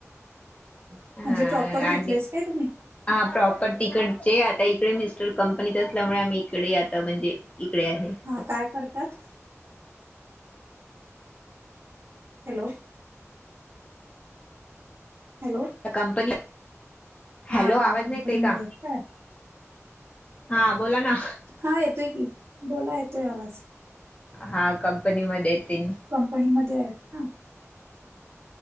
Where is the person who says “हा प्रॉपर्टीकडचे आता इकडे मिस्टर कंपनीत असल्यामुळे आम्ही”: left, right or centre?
Left